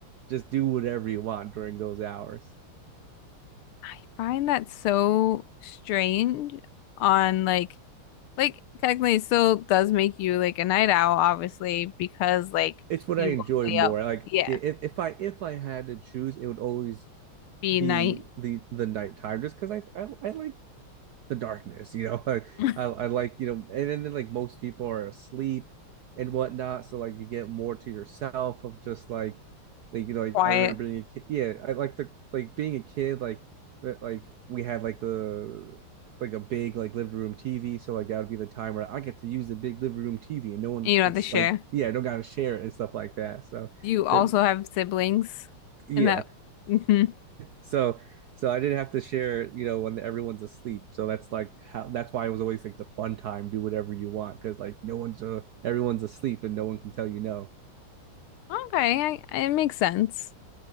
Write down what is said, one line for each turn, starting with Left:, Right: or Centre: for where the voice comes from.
Right: just do whatever you want during those hours.
Left: I find that so strange on like like technically it still does make you like a night owl, obviously, because like
Right: It's what
Left: you
Right: I enjoy
Left: will stay
Right: more.
Left: up.
Right: Like
Left: Yeah.
Right: if, if I if I had to choose, it would always
Left: Be
Right: be
Left: night,
Right: the the nighttime just because I, I I like the darkness. You know, <laughs> I,
Left: <laughs>
Right: I, I like you know, and then, then like most people are asleep and whatnot, so like you get more to yourself of just like like you know like
Left: quiet,
Right: I remember being a kid. Yeah, I like the like being a kid like uh, like we had like the like a big like living room TV. So like that would be the time where I get to use the big living room TV and no one
Left: and you don't
Right: can
Left: have to share.
Right: like yeah, don't gotta share it and stuff like that. So
Left: You also
Right: that
Left: have siblings
Right: yeah,
Left: and that hmm
Right: so so I didn't have to share, you know, when everyone's asleep. So that's like how that's why it was always like the fun time, do whatever you want, because like no one's uh, everyone's asleep and no one can tell you no.
Left: Okay, I, I- it makes sense.